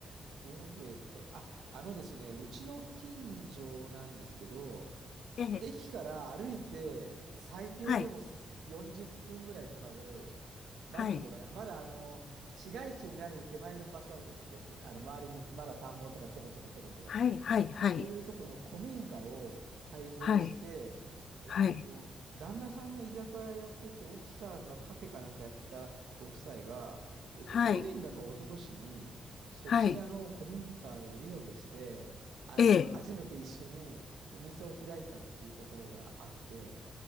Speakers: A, on the right (about 85°); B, on the left (about 60°).
A: どれかな。あ、あのですね、うちの近所なんですけど、
B: ええ。
A: 駅から歩いて最低でも40分ぐらいかかる、
B: はい。
A: なんていうのかな、
B: はい。
A: まだあの、市街地になる手前の場所あるじゃないですか、よく。あの、周りにまだ田んぼとかちょこちょこちょこちょこあって。
B: はい。はい。はい。
A: そういうとこの古民家を改造して、
B: はい。
A: えっと、
B: はい。
A: 旦那さんが居酒屋やってて、奥さんがカフェかなんかやったご夫妻が、えっと、
B: はい。
A: 去年だか一昨年に、そちらの古民家をリノベして、
B: はい。
A: あの、
B: ええ。
A: 初めて一緒にお店を開いたっていうところがあって、